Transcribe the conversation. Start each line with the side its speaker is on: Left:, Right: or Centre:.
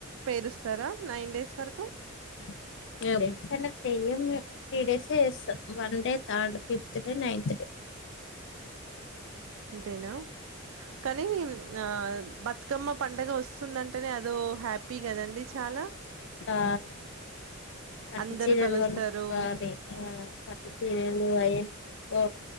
Right: పేరుస్తారా నైన్ డేస్ వరకు
Left: <inaudible> చయ్యం మేం త్రీ డేస్ ఏ చేస్తా one day third fifth day ninth day
Right: అంతేనా కానీ ఆ బతు కమ్మ పంండగ వస్తుందంటేనే అదో హ్యాపీ కదండి చాలా
Left: ఆ పట్టు
Right: అందరు
Left: చీరలు
Right: కలుస్తారు
Left: కొనుక్కోవాలి ఆ పట్టు చీరలు అయన్ ఓ